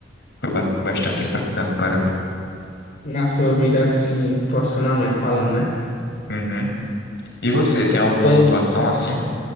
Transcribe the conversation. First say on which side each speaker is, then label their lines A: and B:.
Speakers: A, on the left; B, on the left.
A: foi ba- bastante impactante para mim.
B: Na sua vida, assim, profissionalmente falando, né?
A: Uhum. E você, tem alguma
B: E aí?
A: situação assim